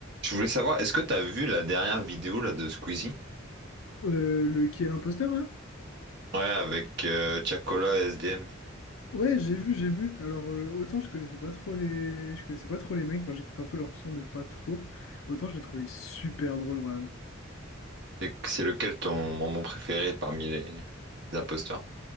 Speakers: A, on the right; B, on the left.
A: Je voulais savoir, est-ce que t'as vu la dernière vidéo là de Squeezie?
B: Euh, le qui est l'imposteur là?
A: Ouais, avec euh, Tiakola et SDM.
B: Ouais, j'ai vu, j'ai vu. Alors euh, autant je connaissais pas trop les, je connaissais pas trop les mecs. Enfin, j'écoute un peu leur son, mais pas trop. Autant je les trouvais super drôles vraiment.
A: C'est c'est lequel ton moment préféré parmi les, les imposteurs?